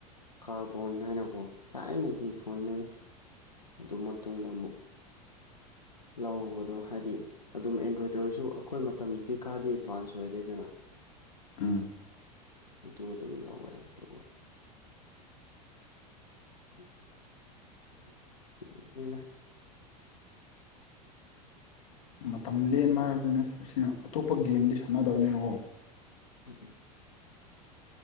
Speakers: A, on the left; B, on the left.
A: ꯀꯥꯔꯕꯣꯟ ꯍꯥꯏꯅꯀꯣ ꯊꯥꯏꯅꯒꯤ ꯐꯣꯟꯅꯦꯕ ꯑꯗꯨ ꯃꯇꯨꯡꯗ ꯑꯃꯨꯛ ꯫ ꯂꯧꯕꯗꯣ ꯍꯥꯏꯗꯤ ꯑꯗꯨꯝ ꯑꯦꯟꯗ꯭ꯔꯣꯏꯗꯔꯁꯨ ꯑꯩꯈꯣꯏ ꯃꯇꯝꯗꯤ ꯈꯔꯗꯤ ꯑꯦꯠꯚꯥꯟꯁ ꯑꯣꯏꯔꯦꯗꯅ
B: ꯎꯝ
A: ꯑꯗꯨ ꯑꯗꯨꯝ ꯂꯧꯋꯦ ꯑꯗꯨꯒ <unintelligible>
B: ꯃꯇꯝ ꯂꯦꯟꯕ ꯍꯥꯏꯕꯗꯨꯅꯤ ꯑꯁꯤꯅ ꯑꯇꯣꯞꯄ ꯒꯦꯝꯗꯤ ꯁꯥꯟꯅꯗꯕꯅꯤꯅꯀꯣ
A: ꯎ